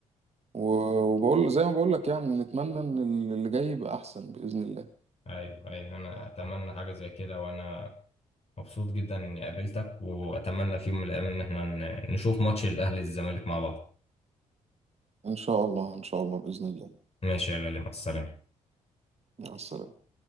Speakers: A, on the right; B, on the left.
A: و- وبقول زي ما بقول لك يعني نتمنى ان اللي جاي يبقى احسن باذن الله
B: ايوه ايوه انا اتمنى حاجة زي كده وانا مبسوط جدا اني قابلتك واتمنى في يوم من الايام ان احنا ن- نشوف ماتش الاهلي الزمالك مع بعض
A: ان شاء الله ان شاء الله باذن الله
B: ماشي يا غالي مع السلامة
A: مع السلامه